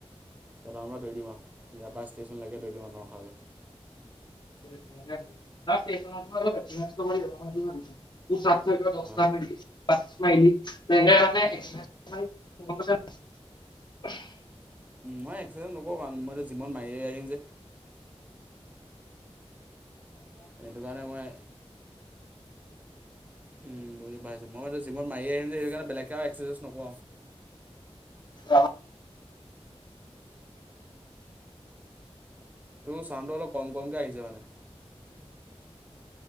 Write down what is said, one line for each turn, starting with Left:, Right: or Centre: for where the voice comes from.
Right: তই দৌৰি দিম আও, ইয়াৰ পৰা ষ্টেচনলৈকে ধৰি দিম আ
Left: <unintelligible> দস্তা
Right: অঁ
Left: <unintelligible> <unintelligible>
Right: মই এক্সিডেণ্ট নকৰোঁ কাৰণ মই এতিয়া যিমান মাৰি আহিম যে। সেইটো কাৰণে মই উম বুজি পাইছো মই যিমত মাৰি আহিম যে সেইকাৰণে বেলেগে আৰু এক্ৰচাইজ নক
Left: অ
Right: তোৰ চাউনটো অলপ কম কমকে আহিছে মানে